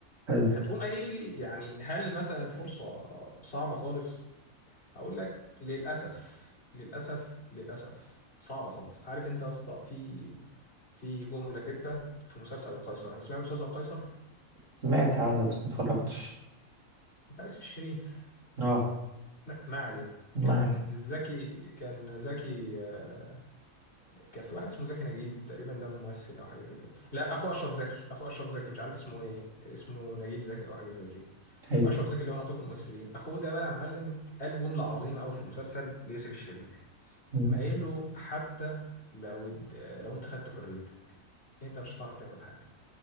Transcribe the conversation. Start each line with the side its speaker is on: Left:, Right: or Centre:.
Right: حلو
Left: هتقوم قايل لي يعني هل مثلا الفرصه صعبه خالص هقول لك للأسف للأسف للأسف صعبة خالص عارف انت يا اسطى في في جملة كده في مسلسل القيصر انا سمعت مسلسل القيصر
Right: سمعت عنه بس متفرجتش
Left: بتاع يوسف الشريف
Right: اه
Left: ما, ما علينا
Right: ما
Left: كان
Right: عليه
Left: زكي كان زكي آه، كان في واحد اسمه زكي نجيب تقريبا ده ممثل او حاجه زي كده لا اخو اشرف زكي اخو اشرف زكي مش عارف اسمه ايه اسمه نجيب زكي او حاجه زي كده
Right: حلو
Left: اشرف زكي اللي هو نقيب الممثلين اخوه ده بقى يا معلم قال جمله عظيمه قوي في المسلسل ليوسف الشريف
Right: مم.
Left: قام قايل له حتى لو الد- لو انت خدت حريتك انت مش هتعرف تعمل حاجه